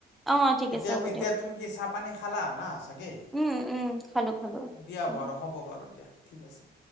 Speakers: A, in the centre; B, on the left.
A: অ ঠিক
B: এতিয়া
A: আছে হ'ব দিয়ক
B: তুমি কি চাহপানী খালা না চাগে?
A: উম উম খালো খালো
B: দিয়া
A: ঠিক
B: বাৰু হ'ব বাৰু দিয়া ঠিক আছে।